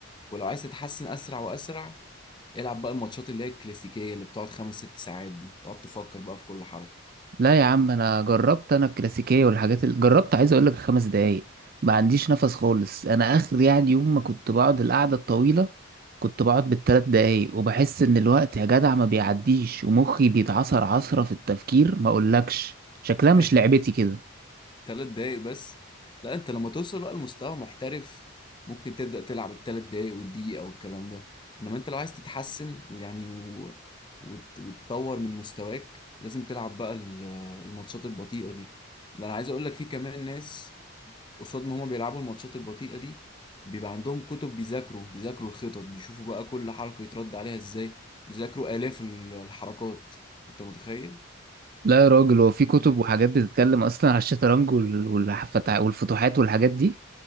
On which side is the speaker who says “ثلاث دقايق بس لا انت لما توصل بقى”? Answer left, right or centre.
Left